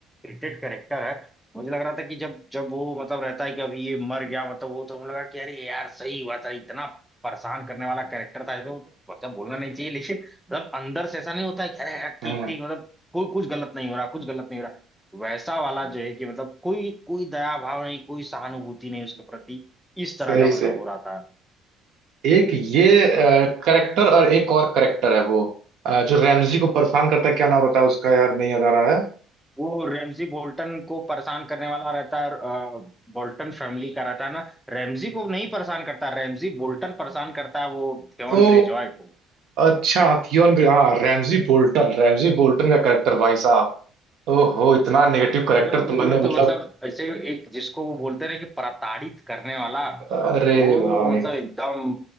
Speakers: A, in the centre; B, on the right.
A: रेटेड करेक्टर है मुझे लग रहा था कि जब जब वो मतलब रहता है कि अभी ये मर गया मतलब वो तो मुझे लगा कि अरे यार सही हुआ था इतना परेशान करने वाला कैरेक्टर था तो मतलब बोलना नहीं चाहिए लेकिन मतलब अंदर से ऐसा नहीं होता है कि अरे यार ठीक
B: हम्म,
A: ठीक मतलब कोई कुछ गलत नहीं हो रहा कुछ गलत नहीं हो रहा वैसा वाला जो है कि मतलब कोई कोई दया भाव नहीं कोई सहानुभूति नहीं उसके प्रति इस तरह
B: सही
A: का मतलब
B: सही
A: हो रहा था
B: एक ये करेक्टर और एक और करेक्टर है वो अ, जो रैमजी को परेशान करता है क्या नाम रहता है उसका यार नहीं याद आ रहा है
A: वो रैमजी बोल्टन को परेशान करने वाला रहता है अ, बोल्टन फैमिली का रहता है ना रैमजी को नहीं परेशान करता रैमजी बोल्टन परेशान करता है वो थेवन
B: ओ
A: ग्रेजॉय को
B: अच्छा थियोन ग्रे- हाँ रैमजी बोल्टन रैमजी बोल्टन का करेक्टर भाई ओहो इतना नेगेटिव करेक्टर
A: अरे वो
B: तुमने
A: तो
B: मतलब
A: मतलब ऐसे एक जिसको वो बोलते रहे कि प्रताड़ित करने वाला
B: अरे
A: वो
B: भाई
A: मतलब एकदम